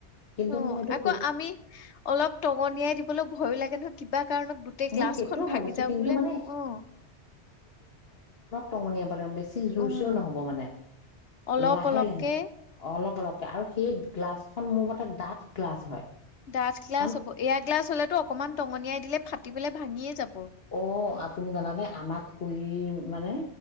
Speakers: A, on the left; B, on the left.
A: কিন্তু
B: অ
A: মইটো
B: আকৌ আমি অলপ টঙনিয়াই দিবলৈ ভয় লাগে নহয় কিবা কাৰণত গোটেই
A: মই
B: গ্লাছখনন
A: সেইটোও
B: ভাগি
A: ভাবিছো
B: যাও
A: কিন্তু
B: বোলে
A: মানে
B: অ',
A: টঙনিয়া বেছি জোৰ
B: উম
A: চও নহব মানে
B: অলপ
A: লাহে
B: অলপকে
A: লাহে অলপ অলপ আৰু সেই গ্লাছখনন মোৰ মতে ডাঠ গ্লাচ হয়।
B: ডাঠ গ্লাছ
A: কাৰণ
B: হব এয়া গ্লাছ হলেতটো অকনমান টঙনিয়াই দিলে ফাটি ফাটি ভাঙিয়ে যাব।
A: অ আপুনি জানানে আমাক খুৰী মানে